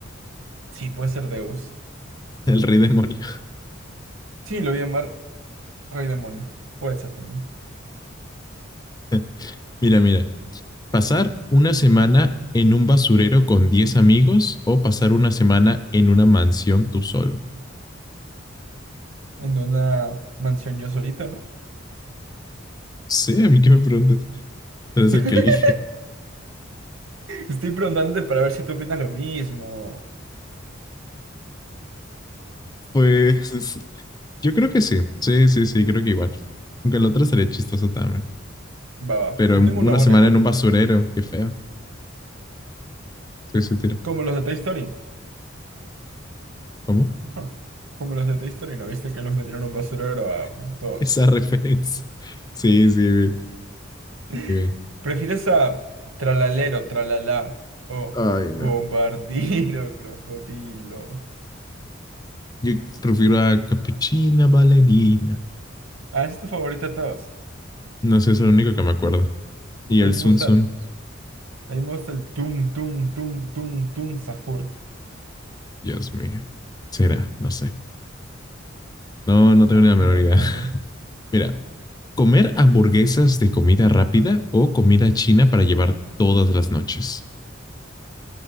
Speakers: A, on the right; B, on the left.
A: Sí, puede ser Deus.
B: <laughs> el rey demonio.
A: Sí, lo voy a llamar Rey Demonio. Puede ser también.
B: <laughs> Mira, mira, pasar una semana en un basurero con 10 amigos o pasar una semana en una mansión tú solo.
A: En una mansión yo solito, ¿no?
B: Sí, a mí qué me preguntas. Tú eres
A: <laughs>
B: el que elige. <laughs>
A: Estoy preguntándote para ver si tú opinas lo mismo.
B: Pues yo creo que sí. Sí, sí, sí, creo que igual. Aunque el otro sería chistoso también.
A: Va, va.
B: Pero
A: Yo tengo
B: una
A: una buena
B: semana
A: igual.
B: en un basurero, qué feo. Sí, sí, tira.
A: Como los de Toy Story.
B: ¿Cómo?
A: Ah, Como los de Toy Story, ¿no viste que los metieron en un basurero a
B: <laughs>
A: todos?
B: Esa referencia. Sí, sí, sí.
A: <laughs>
B: sí.
A: ¿Prefieres a tralalero, Tralala o
B: Ay, no.
A: bombardino, <laughs> crocodilo?
B: Yo prefiero a Capuchina Valerina.
A: Ah, esa es tu favorita de todos.
B: No sé, es el único que me acuerdo. Y el
A: A mí
B: Sun
A: me gusta,
B: Sun,
A: a mí me gusta el tum, tum, tum, tum, tum, sahur.
B: Dios mío. Será, no sé. No, no tengo
A: No
B: ni la
A: tiene
B: menor
A: nada
B: idea.
A: de malo.
B: <laughs> Mira, comer hamburguesas de comida rápida o comida china para llevar todas las noches.